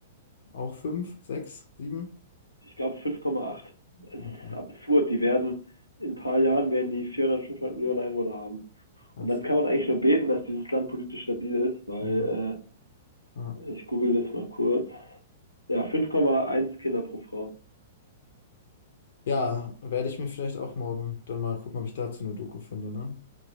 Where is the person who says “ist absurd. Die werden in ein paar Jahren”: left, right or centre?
Left